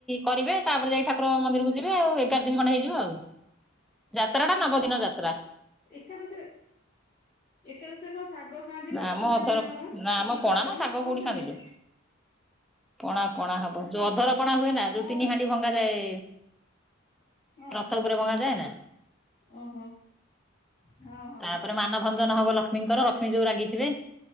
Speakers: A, in the centre; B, on the left.
A: କରିବେ ତାପରେ ଯାଇି ଠା ଠାକୁର ମନ୍ଦିରକୁ ଯିବେ ଆଉ ଏଗାର ଦିନ ଖଣ୍ଡେ ହେଇଯିବ ଆଉ ଯାତ୍ରା ଟା ନବ ଦିନ ଯାତ୍ରା।
B: ଏକାଦଶୀରେ ଏକାଦଶୀରେ କଣ ସାଗ ଖାଆନ୍ତି
A: ନା
B: ନାଁ କଣ
A: ଆମ
B: ଖାଆନ୍ତି
A: ଅଧର
B: ନାଁ କଣ
A: ନା ଆମ
B: କି
A: ପଣା
B: ଚାଉଳ
A: ନା ଶାଗ
B: ନାଁ କଣ
A: କୋଉଠି
B: ଖାଆନ୍ତି?
A: ଖାନ୍ଦିଲୁ ପଣା ପଣା ହବ ଯୋଉ ଅଧରପଣା ହୁଏନା
B: ଆଉ ସେ କଣ
A: ଯୋଉ
B: ଗୋଟେ
A: ତିନି ହାଣ୍ଡି ଭଙ୍ଗାଯାଏ।
B: ହଁ
A: ରଥ ଉପରେ ଭଙ୍ଗାଯାଏ ନା
B: ଓହୋ ହଁ ହଁ
A: ତାପରେ ମା ମନ ଭଞ୍ଜନ ହବ ଲକ୍ଷ୍ମୀଙ୍କର ଲକ୍ଷ୍ମୀ ଯୋଉ ରାଗିଥିବେ